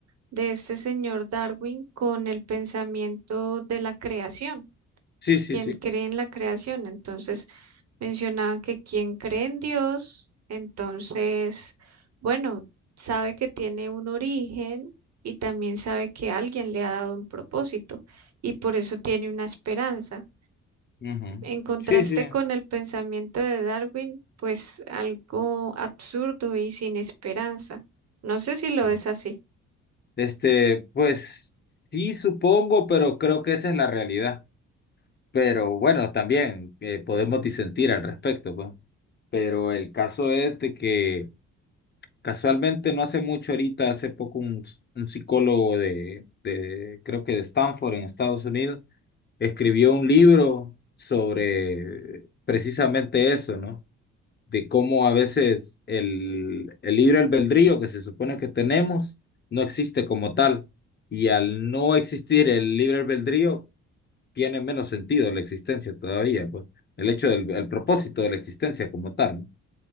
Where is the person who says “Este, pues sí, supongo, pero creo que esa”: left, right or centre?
Left